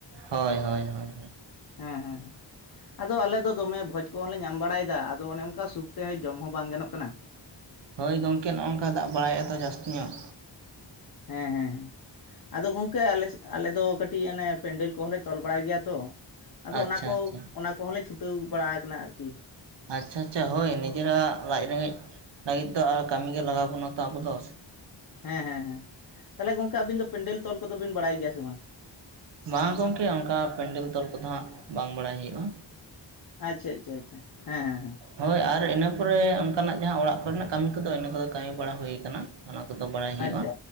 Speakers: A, on the right; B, on the left.
A: ᱦᱳᱭ ᱦᱳᱭ ᱦᱳᱭ
B: ᱦᱮᱸ ᱦᱮᱸ ᱦᱮᱸ ᱟᱫᱚ ᱟᱞᱮ ᱫᱚ ᱫᱚᱢᱮ ᱵᱷᱚᱡᱽ ᱠᱚᱦᱚᱸ ᱞᱮ ᱧᱟᱢ ᱵᱟᱲᱟᱭᱮᱫᱟ ᱟᱫᱚ ᱚᱱᱮ ᱚᱱᱠᱟ ᱥᱩᱠ ᱛᱮ ᱡᱚᱢ ᱦᱚᱸ ᱵᱟᱝ ᱜᱟᱱᱚᱜ ᱠᱟᱱᱟ᱾
A: ᱦᱳᱭ ᱜᱚᱝᱠᱮ ᱱᱚᱝᱠᱟ ᱫᱟᱜ ᱵᱟᱲᱟᱭᱮ ᱟᱛᱚ ᱡᱟᱹᱥᱛᱤ ᱧᱚᱜ᱾
B: ᱦᱮᱸ ᱦᱮᱸ ᱦᱮᱸ ᱟᱫᱚ ᱜᱚᱝᱠᱮ ᱟᱞᱮ ᱥᱮ ᱟᱞᱮ ᱫᱚ ᱠᱟᱹᱴᱤᱡ ᱚᱱᱮ ᱯᱮᱱᱰᱮᱞ ᱠᱚᱦᱚᱸᱞᱮ ᱛᱚᱞ ᱵᱟᱲᱟᱭ ᱜᱮᱭᱟ ᱛᱚ᱾ ᱟᱫᱚ
A: ᱟᱪᱪᱷᱟ
B: ᱚᱱᱟ ᱠᱚ
A: ᱟᱪᱪᱷᱟ
B: ᱚᱱᱟ ᱠᱚᱦᱚᱸᱞᱮ ᱪᱷᱩᱴᱟᱹᱣ ᱵᱟᱲᱟ ᱠᱟᱱᱟ ᱟᱨᱠᱤ᱾
A: ᱟᱪᱪᱷᱟ ᱟᱪᱪᱷᱟ ᱦᱳᱭ ᱱᱤᱡᱮᱨᱟᱜ ᱞᱟᱡ ᱨᱮᱸᱜᱮᱡ ᱞᱟᱹᱜᱤᱫ ᱫᱚ ᱟᱨ ᱠᱟᱹᱢᱤ ᱜᱮ ᱞᱟᱜᱟᱣ ᱵᱚᱱᱟ ᱛᱚ ᱟᱵᱚ ᱫᱚ᱾
B: ᱦᱮᱸ ᱦᱮᱸ ᱦᱮᱸ ᱛᱟᱦᱚᱞᱮ ᱜᱚᱝᱠᱮ ᱟᱵᱤᱱ ᱫᱚ ᱯᱮᱱᱰᱮᱞ ᱛᱚᱞ ᱠᱚᱫᱚ ᱵᱤᱱ ᱵᱟᱲᱟᱭ ᱜᱮᱭᱟ ᱥᱮ ᱵᱟᱝ?
A: ᱵᱟᱝ ᱜᱚᱢᱠᱮ ᱚᱱᱠᱟ ᱯᱮᱱᱰᱮᱞ ᱛᱚᱞ ᱠᱚᱫᱚ ᱦᱟᱸᱜ ᱵᱟᱝ ᱵᱟᱲᱟᱭ ᱦᱩᱭᱩᱜᱼᱟ᱾
B: ᱟᱪᱪᱷᱟ ᱪᱷᱟ ᱪᱷᱟ ᱦᱮᱸ ᱦᱮᱸ ᱦᱮᱸ
A: ᱦᱳᱭ ᱟᱨ ᱤᱱᱟᱹ ᱯᱚᱨᱮ ᱚᱱᱠᱟᱱᱟᱜ ᱡᱟᱦᱟᱸ ᱚᱲᱟᱜ ᱠᱚᱨᱮᱱᱟᱜ ᱠᱟᱹᱢᱤ ᱠᱚᱫᱚ ᱤᱱᱟᱹ ᱠᱚᱫᱚ ᱠᱟᱹᱢᱤ ᱵᱟᱲᱟ ᱦᱩᱭᱩ ᱠᱟᱱᱟ᱾ ᱚᱱᱟ ᱠᱚᱫᱚ ᱵᱟᱲᱟᱭ ᱦᱩᱭᱩᱜᱼᱟ
B: ᱟᱪᱪᱷᱟ